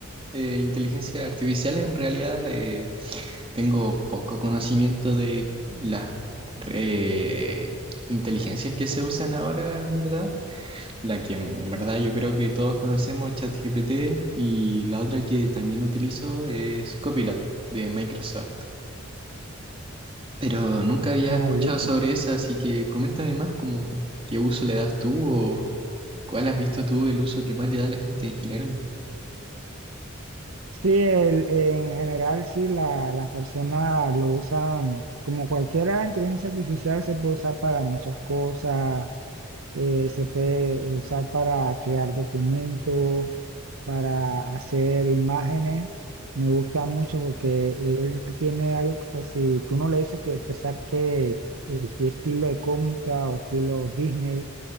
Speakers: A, on the right; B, on the right.
A: eh, inteligencia artificial. En realidad, eh, tengo poco conocimiento de las eh, inteligencias que se usan ahora, en verdad. La que en verdad yo creo que todos conocemos, ChatGPT, y la otra que también utilizo es Copilot de Microsoft. Pero nunca había
B: Ah,
A: escuchado
B: listo.
A: sobre esa, así que coméntame más, como qué uso le das tú ¿Cuál has visto tú el uso que más le da a la gente en general?
B: Sí, el- en general sí la, las personas lo usan, como cualquier inteligencia artificial se puede usar para muchas cosas eh, se puede usar para crear documentos, para hacer imágenes. Me gusta mucho porque él tiene algo que si tú no le dices que te saque eh, tu estilo de cómica o estilo Disney,